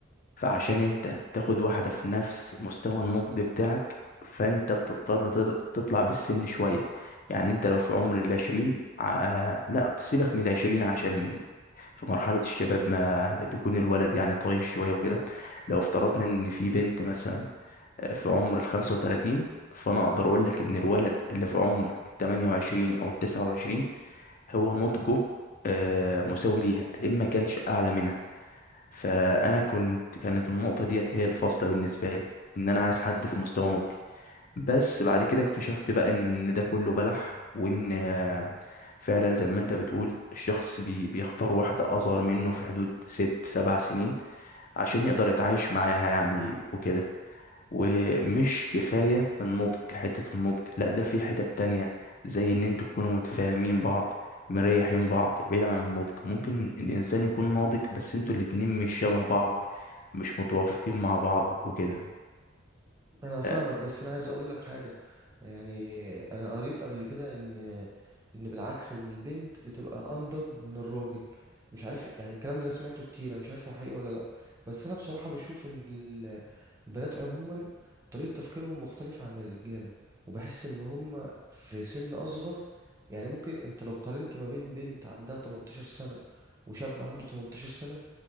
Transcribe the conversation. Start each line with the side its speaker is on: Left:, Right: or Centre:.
Left: فعشان انت تاخد واحدة في نفس مستوى النضج بتاعك فانت بتضطر تض- تطلع بالسن شوية يعني انت لو في عمر العشرين ع- لا سيبك من العشرين عشان في مرحلة الشباب ما بيكون الولد يعني طايش شوية وكده لو افترضنا ان في بنت مثلا آه، في عمر الخمسة وتلاتين فانا اقدر اقول لك ان الولد اللي في عمر التمانية وعشرين او التسعة وعشرين هو نضجه آه، مساوي ليها اما كانش اعلى منها فانا كنت كانت النقطه ديت هي الفاصله بالنسبه لي ان انا عايز حد في مستوى نضجي بس بعد كده اكتشفت بقى ان ده كله بلح وان آه، فعلا زي ما انت بتقول الشخص بي بيختار واحده اصغر منه في حدود ست سبع سنين عشان يقدر يتعايش معاها يعني وكده ومش كفاية النضج حتة النضج لا ده في حتة تانية زي ان انتوا تكونوا متفاهمين بعض مريحين بعض بعيد عن النضج ممكن الانسان يكون ناضج بس انتوا الاتنين مش شبه بعض مش متوافقين مع بعض وكده
Right: انا فاهمك
Left: آه،
Right: بس انا عايز اقول لك حاجه يعني انا قريت قبل كده ان ان بالعكس ان البنت بتبقى انضج من الراجل مش عارف يعني الكلام ده انا سمعته كتير انا مش عارف هو حقيقي ولا لا بس انا بصراحه بشوف ان ال- البنات عموما طريقه تفكيرهم مختلفه عن الرجاله وبحس ان هم في سن اصغر يعني ممكن انت لو قارنت ما بين بنت عندها 18 سنه وشاب عنده 18 سنه